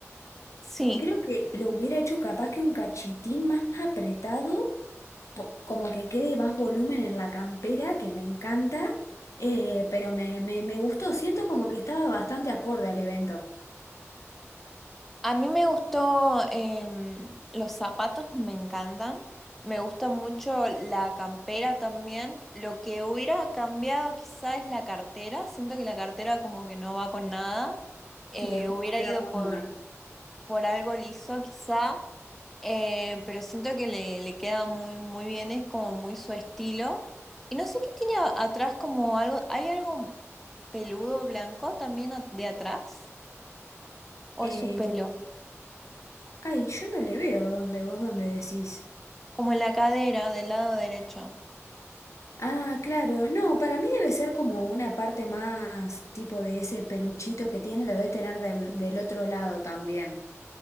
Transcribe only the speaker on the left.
creo que lo hubiera hecho capaz que un cachitín más apretado. po- como que quede más volumen en la campera, que me encanta, eh, pero me, me, me gustó, siento como que estaba bastante acorde al evento.
Sí, es como
otra
onda.
Eh,
ay, yo no le veo dónde, vos dónde decís.
Ah, claro, no, para mí debe ser como una parte más tipo de ese peluchito que tiene, lo debe tener del, del otro lado también.